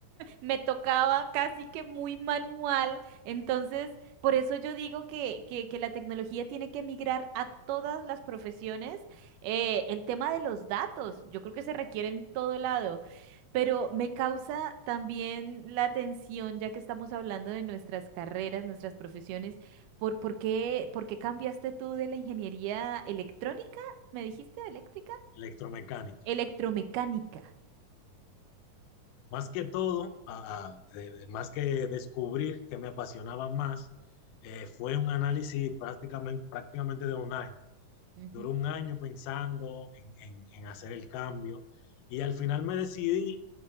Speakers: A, on the right (about 80°); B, on the left (about 80°).
A: me tocaba casi que muy manual. Entonces, por eso yo digo que, que, que la tecnología tiene que migrar a todas las profesiones. Eh, el tema de los datos, yo creo que se requiere en todo lado. Pero me causa también la atención, ya que estamos hablando de nuestras carreras, nuestras profesiones, ¿por, por qué, por qué cambiaste tú de la ingeniería electrónica? ¿Me dijiste eléctrica?
B: Electromecánica.
A: Electromecánica.
B: Más que todo, a- a- de- de- más que descubrir que me apasionaba más, eh, fue un análisis prácticamente, prácticamente de un año.
A: Ujú,
B: Duró un año pensando en, en- en hacer el cambio y al final me decidí